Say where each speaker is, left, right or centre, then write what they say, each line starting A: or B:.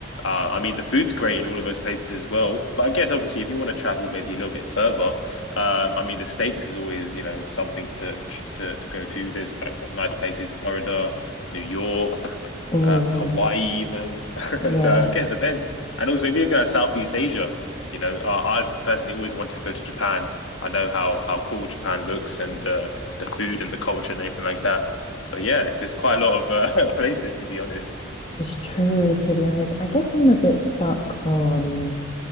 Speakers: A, on the left; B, on the left.
A: Uh, I mean, the food's great in all of those places as well. But I guess, obviously, if you want to travel maybe a little bit further, um, I mean, the states is always you know something to to to go to. There's like what nice places: Florida, New York,
B: Oh,
A: uh, Hawaii, even. <laughs>
B: yeah.
A: so I guess it depends. And also, if you're looking at like, Southeast Asia, you know, uh, I've personally always wanted to go to Japan. I know how how cool Japan looks and uh, the food and the culture and everything like that. But yeah, there's quite a lot of uh, <laughs> places to be honest.
B: It's true, to be honest. I guess I'm a bit stuck on.